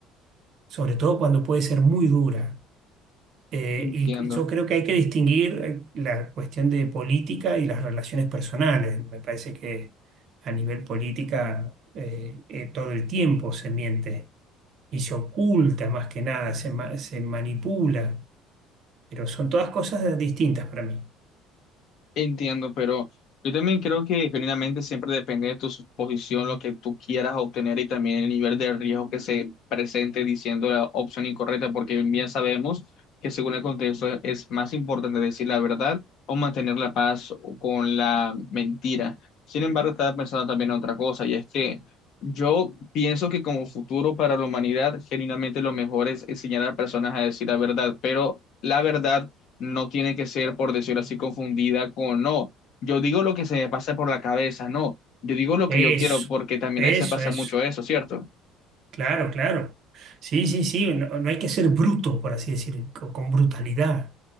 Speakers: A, on the right; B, on the left.
A: sobre todo cuando puede ser muy dura. Eh,
B: Entiendo.
A: y yo creo que hay que distinguir eh, la cuestión de política y las relaciones personales. Me parece que a nivel política eh, eh, todo el tiempo se miente y se oculta más que nada, se, ma- se manipula, pero son todas cosas distintas para mí.
B: Entiendo, pero yo también creo que genuinamente siempre depende de tu posición, lo que tú quieras obtener y también el nivel de riesgo que se presente diciendo la opción incorrecta, porque bien sabemos que según el contexto es, es más importante decir la verdad o mantener la paz con la mentira. Sin embargo, estaba pensando también en otra cosa, y es que yo pienso que como futuro para la humanidad, genuinamente lo mejor es enseñar a las personas a decir la verdad, pero la verdad no tiene que ser, por decirlo así, confundida con no. Yo digo lo que se me pasa por la cabeza, no. Yo digo lo
A: Eso,
B: que yo quiero, porque también
A: eso,
B: a veces pasa
A: eso.
B: mucho eso, ¿cierto?
A: Claro, claro. Sí, sí, sí, no, no hay que ser bruto, por así decir, co- con, brutalidad.